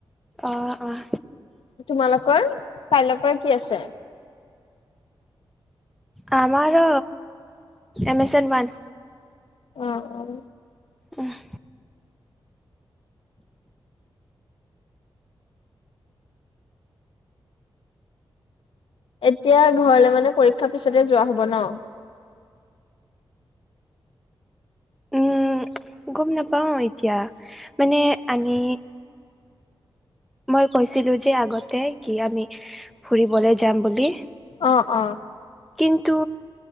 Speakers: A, in the centre; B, on the left.
A: অহ অহ।
B: তোমালোকৰ কাইলৈৰ পৰা কি আছে?
A: আমাৰো এমেজন ওৱান।
B: অঁ অঁ।
A: উম হ।
B: এতিয়া ঘৰলে মানে পৰীক্ষা পিছতে যোৱা হব ন?
A: উম, গম নাপাওঁ এতিয়া মানে আমি মই কৈছিলো যে আগতে কি আমি ফুৰিবলৈ যাম বুলি।
B: অঁ অঁ।
A: কিন্তু